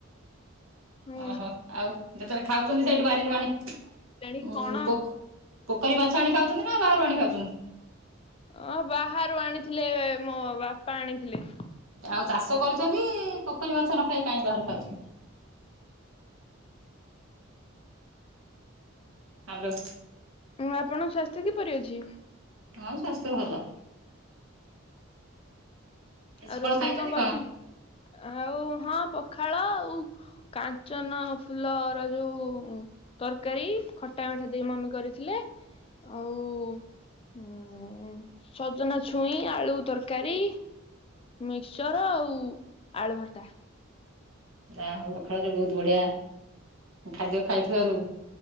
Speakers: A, on the left; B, on the right.
A: ହୁଁ।
B: ଓହୋ ଆଉ ଯେତେବେଳେ ଖାଉଚନ୍ତି ସେଇଠୁ ବାରିରୁ ଆଣି ଉ
A: ଆଣିକି କଣ?
B: ପୋଖ ପୋଖରୀ ମାଛ ଆଣି ଖାଉଚନ୍ତି ନା ବାହାରୁ ଆଣି ଖାଉଚନ୍ତି?
A: ହଁ ବାହାରୁ ଆଣିଥିଲେ ମୋ ବାପା ଆଣିଥିଲେ।
B: ଆଉ ଚାଷ କରିଚନ୍ତି ପୋଖରୀ ମାଛ ନ ଖାଇ କାଇଁ ବାହାରୁ ଖାଉଚନ୍ତି। ହ୍ୟାଲୋ।
A: ମୁଁ ଆପଣଙ୍କ ସ୍ୱାସ୍ଥ୍ୟ କିପରି ଅଛି?
B: ହଁ ସ୍ୱାସ୍ଥ୍ୟ ଭଲ। ଆଜି ସକାଳୁ
A: ଆଉ ରୋଷେଇ
B: ଖାଇଛନ୍ତି
A: କଣ କରିଥିଲେ ଆଉ ହଁ ପଖାଳ ଆଉ କାଞ୍ଚନ ଫୁଲ ର ଯୋଉ ତରକାରୀ ଖଟା ମିଠା ଦେଇ ମମି କରିଥିଲେ ଆଉ ହୁଁ ସଜନା ଛୁଇଁ ଆଳୁ ତରକାରୀ। ମିକ୍ସଚର ଆଉ ଆଳୁ ଭର୍ତା।
B: ଯାହା ହଉ ପଖାଳରେ ବହୁତ ବଢିଆ ଖାଦ୍ୟ ଖାଇଥିବାରୁ